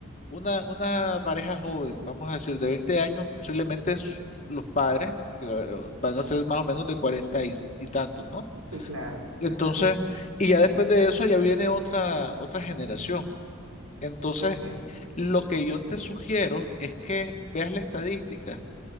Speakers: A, on the left; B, on the right.
A: una, una pareja joven, vamos a decir, de 20 años, posiblemente s- los padres que, eh, van a ser más o menos de 40 y, y tantos, ¿no?
B: Sí, claro.
A: Entonces,
B: Ajá.
A: y ya después de eso ya viene otra, otra generación. Entonces,
B: Ok,
A: lo que yo te sugiero es que veas la estadística,